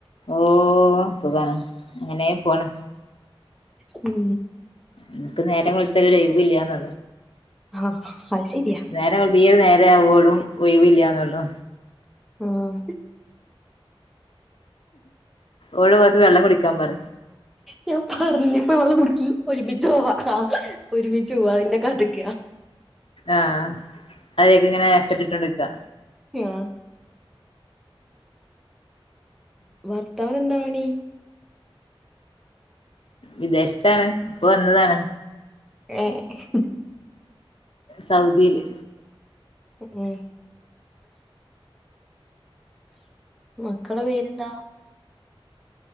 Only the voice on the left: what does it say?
ഓഹ് സുഖാണ് അങ്ങനെ പോണ്
നമക്ക് നേരം വെൾത്താല് ഒഴിവ് ഇല്ലന്ന
നേരങ്ങൾ തീരെ നേരെ ആവുവളും ഒഴിവില്ലന്നള്ളു
ഓള് ദസം വെള്ളം കുടിക്കാൻ പറ
ആഹ് അതൊക്കെ ഇങ്ങനെ അക്കട്ടിട്ട്ണ്ടടുക്കാ
വിദേഷ്ത്താണ് ഇപ്പൊ വന്നതാണ്
സൗദീല്